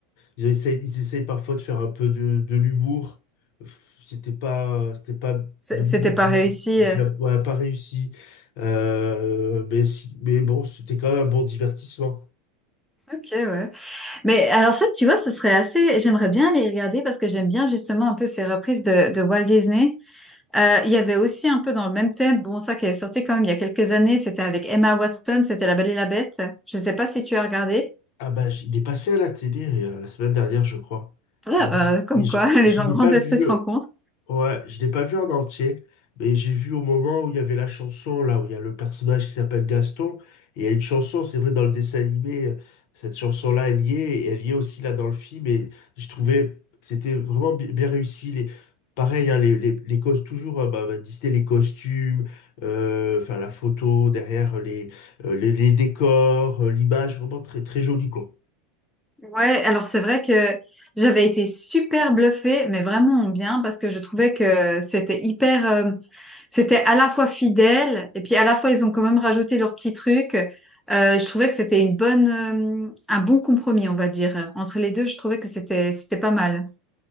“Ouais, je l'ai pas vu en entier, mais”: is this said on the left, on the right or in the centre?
Left